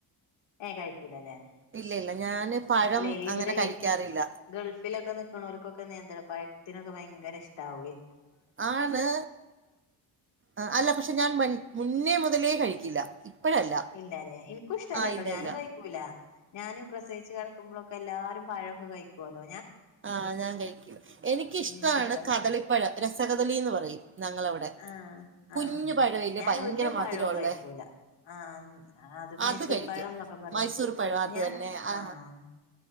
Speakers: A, on the left (about 70°); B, on the right (about 30°).
A: ഏയ് കഴിക്കൂല്ലല്ലേ
B: ഇല്ല ഇല്ല ഞാന്
A: അ
B: പഴം
A: അല്ലെ ഇവടെ
B: അങ്ങനെ കഴിക്കാറില്ല
A: ഈ ഗൾഫിലൊക്കെ നി ക്ക്‌ണോൽക്കൊക്കെ നേന്ത്ര പഴത്തിനൊക്കെ ഭയങ്കര ഇഷ്ടാവൊയ്
B: ആണ് ആ അല്ല പക്ഷെ ഞാൻ മൻ മുന്നേ മുതലേ കഴിക്കില്ല ഇപ്പഴല്ല
A: ഇല്ലാല്ലേ എനിക്കും ഇഷ്ടല്ല
B: ആ
A: അല്ലാട്ടോ
B: ഇല്ല
A: ഞാനും
B: ഇല്ല
A: കഴിക്കൂ ല ഞാന് പ്രസവിച്ച് കടക്കുമ്പോളൊക്കെ എല്ലാരും പഴൊക്കെ കഴിക്കോല്ലോ
B: ആഹ് ഞാൻ കഴിക്കൂം എനിക്കിഷ്ടമാണ്
A: എനിക്കിഷ്ടല്ല
B: കതളിപ്പഴം രസകഥളിന്ന് പറയും. ഞങ്ങള വടെ
A: ആഹ്
B: കുഞ്ഞു
A: ആഹ്
B: പഴവില്ലേ
A: ഞാൻ
B: ഭയങ്കര
A: ഒരു
B: മധുരംള്ളേ
A: പഴവും കഴിക്കൂല ആഹ് മൈസൂർ
B: അത് കഴിക്കും
A: പഴം എന്നൊക്കെ പറയും
B: മൈസൂര് പഴം അതു
A: ഞാൻ
B: തന്നെ ആ
A: ആഹ്